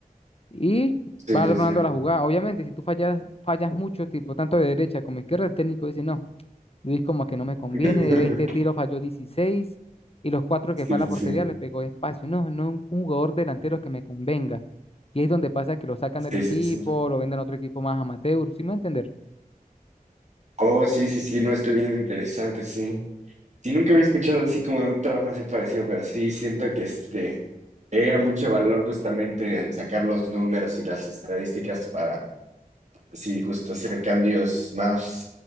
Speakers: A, on the left; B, on the right.
A: Y
B: sí,
A: va armando
B: sí, sí.
A: la jugada. Obviamente, si tú fallas, fallas mucho, tipo tanto de derecha como izquierda, el técnico dice, no, Luis como que no me conviene,
B: <laughs>
A: de 20 tiros falló 16 y los cuatro
B: Sí,
A: que fue a
B: sí,
A: la portería
B: sí,
A: les pegó espacio. No, no un un jugador delantero que me convenga. Y es donde pasa que lo sacan del
B: sí,
A: equipo,
B: sí, sí.
A: lo venden a otro equipo más amateur, ¿sí me va a entender?
B: Oh, sí, sí, sí, no, está bien interesante, sí. Sí, nunca había escuchado así como de un trabajo así parecido, pero sí siento que este era mucho valor justamente sacar los números y las estadísticas para, pues sí, justo hacer cambios más,